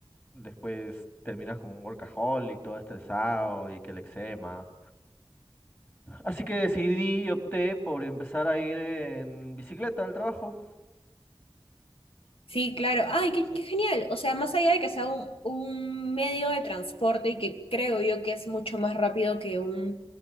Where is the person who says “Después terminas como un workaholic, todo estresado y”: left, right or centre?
Left